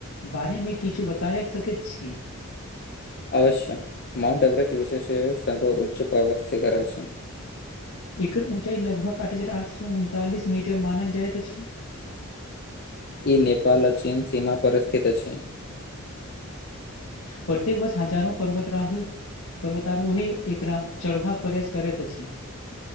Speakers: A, on the left; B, on the left.
A: बारेमे किछु बतायेत सकैत छी
B: अवश्य माउंट एवरेस्ट विशेष उच्च पर्वत शिखर छै
A: एकर ऊँचाई लगभग आठ हजार आठ सउ उनतालिस मीटर मानल जाइत अछि
B: ई नेपाल आ चीन सीमा पर स्थित अछि
A: प्रतेक वर्ष हजारो पर्वताराहा पर्वतारोही एकरा चढ़बाका के प्रयास करैत अछि